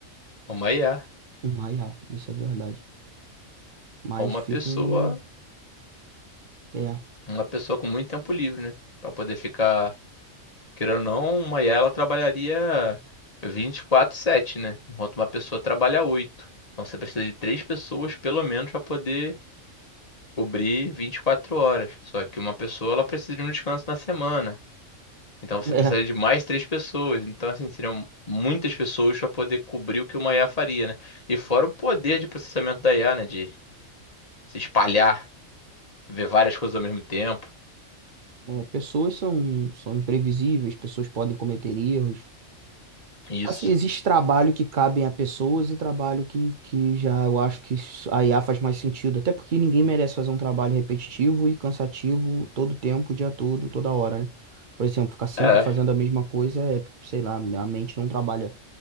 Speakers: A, on the left (about 30°); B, on the right (about 45°).
A: Uma IA.
B: uma IA, isso é verdade. Mas
A: Ou uma
B: fica
A: pessoa.
B: um... É,
A: Uma pessoa com muito tempo livre, né? Pra poder ficar Querendo ou não, uma IA ela trabalharia vinte e quatro sete, né? Enquanto uma pessoa trabalha 8. Então você precisa de três pessoas pelo menos para poder cobrir 24 horas. Só que uma pessoa ela precisa de um descanso na semana. Então você
B: <laughs>
A: precisaria
B: é.
A: de mais três pessoas. Então assim, seriam muitas pessoas para poder cobrir o que uma IA faria, né? E fora o poder de processamento da IA, né, de se espalhar, ver várias
B: É,
A: coisas ao mesmo tempo.
B: é, pessoas são, são imprevisíveis, pessoas podem cometer erros,
A: Isso.
B: Assim, existe trabalho que cabem a pessoas e trabalho que, que já eu acho que a IA faz mais sentido. Até porque ninguém merece fazer um trabalho repetitivo e cansativo todo tempo, o dia todo, toda hora, né? Por exemplo, ficar sempre
A: É.
B: fazendo a mesma coisa é, sei lá, a mente não trabalha